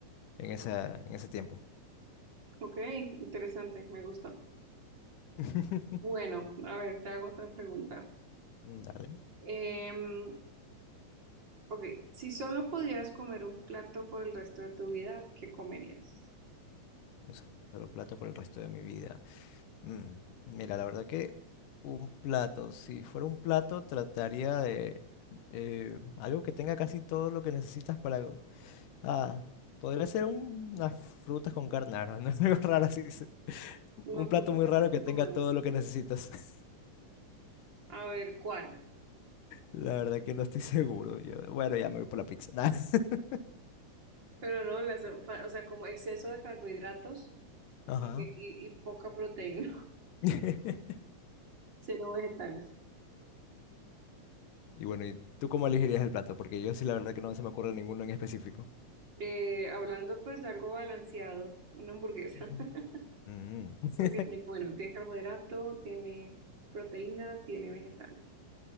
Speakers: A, on the left (about 85°); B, on the right (about 35°).
A: en, esa- en ese tiempo.
B: Ok, interesante, me gusta.
A: <laughs>
B: Bueno, a ver, te hago otra pregunta.
A: Dale,
B: Em, ok, si solo pudieras comer un plato por el resto de tu vida, ¿qué comerías?
A: un solo plato por el resto de mi vida. Mm, Mira, la verdad que un plato, si fuera un plato, trataría de eh, algo que tenga casi todo lo que necesitas para... Ah, podría ser un- unas frutas con carne, ah, no, no, <laughs> algo raro así. se-
B: No
A: Un plato
B: creo que
A: muy
B: sepas
A: raro
B: está
A: que tenga
B: bueno.
A: todo lo que necesitas. <laughs>
B: A ver, ¿cuál?
A: La verdad que no estoy seguro. Yo, bueno, ya me voy por la pizza. Nah. <laughs>
B: Pero no, las- o sea, como exceso de carbohidratos
A: Ajá.
B: eh, y, y poca proteína,
A: <laughs>
B: <laughs> cero vegetales.
A: Y bueno, ¿y tú cómo elegirías el plato? Porque yo sí, la verdad que no se me ocurre ninguno en específico.
B: Eh, hablando pues de algo balanceado, una hamburguesa,
A: Ujú.
B: <laughs>
A: Mm.
B: porque tiene, bueno, tiene carbohidrato, tiene proteína, tiene vegetales.